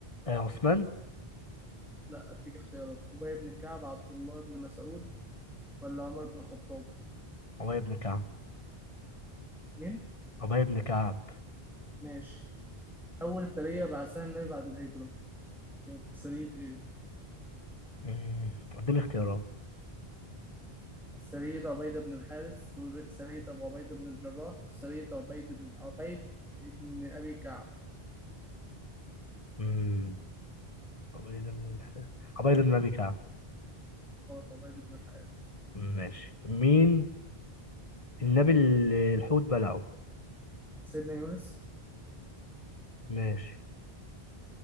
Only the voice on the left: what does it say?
آه عثمان
عبيد بن كعب
عبيد بن كعب
مم، اديني اختيارات
امم قبيلة من الح... قبيلة من أبي كعب
مم، ماشي مين النبي اللي الحوت بلعه
ماشي